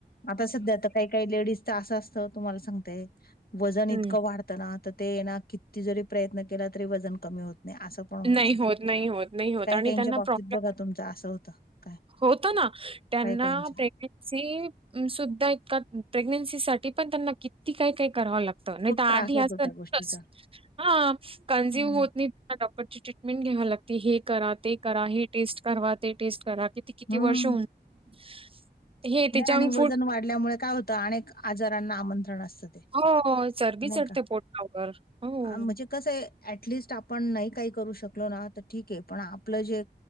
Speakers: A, on the left; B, on the right.
A: आता सध्या तर काही काही लेडीज तर असं असतं तुम्हाला सांगते वंजन इतकं
B: हम्म
A: वाढतं त ना तर ते हाय ना किती जरी प्रयत्न केला तरी वजन कमी होत नाही असं पण
B: नाही
A: असं
B: होत, नाही होत, नाही होत
A: काही
B: आणि
A: काहींच्या
B: त्यांना
A: बाबतीत
B: प्रॉब्लेम
A: बघा त्यांच असं होतं काय
B: होतं ना त्यांनां
A: काही काहींच्या
B: प्रेगनेन्सी पण सुद्धा इतका प्रेग्नेन्सी साठी पण त्यांनां किती काही काही करावं लागतं तर नाही
A: खूप
B: का
A: त्रास
B: आधी
A: होतो
B: असंच
A: त्या गोष्टीचा
B: होतच हा कंझ्युंम
A: हम्म.
B: होतं नाहीं परत परत ती ट्रीटमेंट घ्यावी लागंते हे करा ते करा हे टेस्ट करवा ते टेस्ट करा किती किती
A: हम्म.
B: वर्ष होऊन <unintelligible> ते
A: नाही
B: जंक
A: आणि
B: फूड
A: वजन वाढल्यामुळे काय होतं अनेक आजारांना आमंत्रण असतं ते
B: हो चरबी
A: नाही
B: चढते
A: का?
B: पोटावर हम
A: आ, म्हणजे कसं आहे ऍटलिस्ट आपण नाहीं काही करू शकलो ना तर ठीक आहे पण आपलं जे